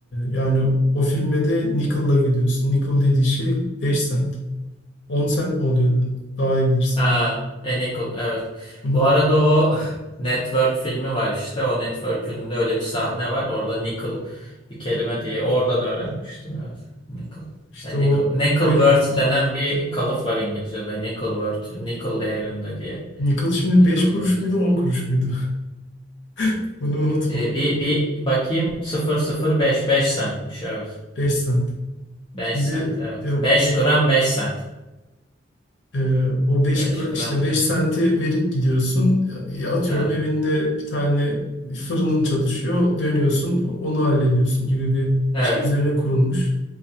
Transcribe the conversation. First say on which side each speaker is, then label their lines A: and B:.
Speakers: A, on the left (about 70°); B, on the left (about 25°).
A: yani o filme de nickel'la gidiyorsun. Nickel dediği şey 5 sent, 10 sent mi oluyordu? Daha iyi bilirsin
B: Aa,
A: ben.
B: A Nickel. Evet.
A: Hı hı.
B: Bu arada o <laughs> Network filmi var işte. O Network filminde öyle bir sahne var. Orada Nickel bir kelime diye. Oradan öğrenmiştim. Evet. Nickel.
A: İşte
B: A Nickel.
A: o
B: Nickelworth
A: öyle gidiyor.
B: denen bir kalıp var İngilizce'de. Nickelworth. Nickel değerinde diye.
A: Nickel şimdi
B: Nickelworth.
A: 5 kuruş muydu 10
B: <laughs>
A: kuruş muydu? <laughs> Bunu unutma.
B: E, bir, bir bakayım sıfır sıfır beş 5 centmiş evet.
A: beş sent.
B: Beş
A: Şimdi
B: sent evet.
A: e, o
B: 5 gram 5 sent.
A: e, o beş
B: 5
A: gra-
B: gram
A: işte 5
B: 5 sent.
A: senti verip gidiyorsun. Yani atıyorum
B: Evet.
A: evinde bir tane fırının çalışıyor. Dönüyorsun onu hallediyorsun gibi bir
B: Evet.
A: şey üzerine kurulmuş.